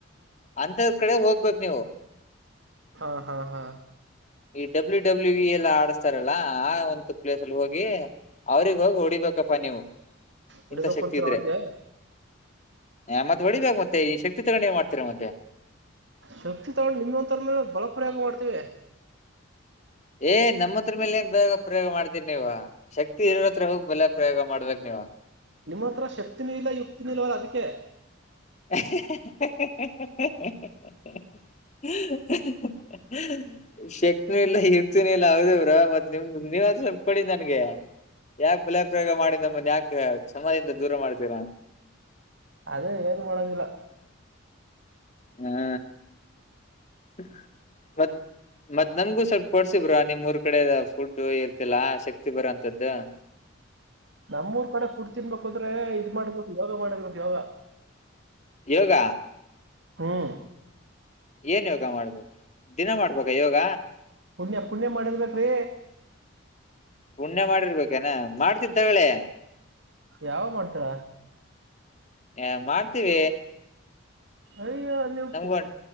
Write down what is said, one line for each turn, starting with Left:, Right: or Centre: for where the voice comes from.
Left: ಅಂತದ್ ಕಡೆ ಹೋಗ್ಬೇಕಕ್ ನೀವು
Right: ಹಾ ಹಾ ಹಾ
Left: ಈ ಡಬ್ಲ್ಯೂ ಡಬ್ಲ್ಯೂ ಇ ಎಲ್ಲ ಆಡಸ್ತಾರಲ್ಲಾ ಆ ಒಂತ ಪ್ಲೇಸ್ ಅಲ್ಲಿ ಹೋಗಿ ಅವ್ರಗ್ ಹೋಗಿ ಹೊಓಡಿಬೇಕಪ್ಪಾ ನೀವು
Right: ಹೊಡಿಬೇಕು
Left: ಇಂಥ ಶಕ್ತಿ
Right: ಅಂತಾರ
Left: ಇದ್ರೆ
Right: ಅವ್ರಿಗೆ
Left: ಹ ಮತ್ತೆ ಹೊಡಿಬೇಕ ಮತ್ತೆ ಈ ಶಕ್ತಿ ತಗಿ ಮಾಡ್ತಾರೆ ಮತ್ತೆ
Right: ಶಕ್ತಿ ತಗೊಂಡು ನಿಮ ಒಂಂತರ ಮೇಲೆ ಬಲಪ್ರಯೋಗ ಮಾಡ್ತೀವಿ
Left: ಏ ನಮ್ಮ ಹತ್ರ ಮೇಲೆ ಬೇಗ ಪ್ರಯೋಗ ಮಾಡ್ತೀರಿ ನೀವ ಶಕ್ತಿ ಇರ ತ್ರ ಹೋಗಿ ಬೆಲೆ ಪ್ರಯೋಗ ಮಾಡ್ಬೇಕ್ ನೀವು
Right: ನಿಮ್ಮ ಹತ್ರ ಶಕ್ತಿನು ಇಲ್ಲ ಯುಕ್ತಿನು ಇಲ್ವಲ್ಲ ಅದಕ್ಕೆ
Left: <inaudible> ಶಕ್ತಿನೂ ಇಲ್ಲ ಯುಕ್ತಿನು ಇಲ್ಲ ಹೌದವ್ರ ಮತ್ತ್ ನಿಮ್ದ ನೀವ್ ಸ್ವಪಡ ನನ್ಗೆ ಯಾಕೆ ಬಲ ಪ್ರಯೋಗ ಮಾಡಿ ನಮ್ಮನ್ ಯಾಕ ಚನಾಗಿದ್ದೌರ ದೂರ ಮಾಡ್ತೀರಾ
Right: ಅದೇ ಏನು ಮಾಡದಿಲ್ಲ.
Left: ಹಾ ಹ <unintelligible> ಮತ್ ನಮಗೂ ಸ್ವಲ್ಪ ಕೊಡ್ಸಿ ಬ್ರೊ ನಿಮ್ಮೂರ್ ಕಡೆದ ಫುಡ್ ಇರ್ತಿಲ್ಲಾ ಶಕ್ತಿ ಬರೋಂತದ್ದು
Right: ನಮ್ಮೂರ್ ಕಡೆ ಫುಡ್ ತಿನ್ಬೇಕುಂದ್ರೆ ಇದ್ ಮಾಡಿರ್ಬೇಕು ಯೋಗ ಮಾಡಿರ್ಬೇಕು ಯೋಗ
Left: ಯೋಗ
Right: ಹ್ಮ್
Left: ಏನ್ ಯೋಗ ಮಾಡ್ಬೇಕು ದಿನ ಮಾಡ್ಬೇಕ ಯೋಗ
Right: ಪುಣ್ಯ ಪುಣ್ಯ ಮಾಡಿರ್ಬೇಕ್ರೀ
Left: ಪುಣ್ಯ ಮಾಡಿರ್ಬೇಕೇನ ಮಾಡ್ತಿನಿ ತಕೊಳ್ಳಿ
Right: ಯಾವಾಗ ಮಾಡ್ತಾಳ
Left: ಹ ಮಾಡ್ತೀವಿ
Right: ಅಯ್ಯೋ ನೀವು
Left: ನಮ್ಗ
Right: ಪು-
Left: ಒಂ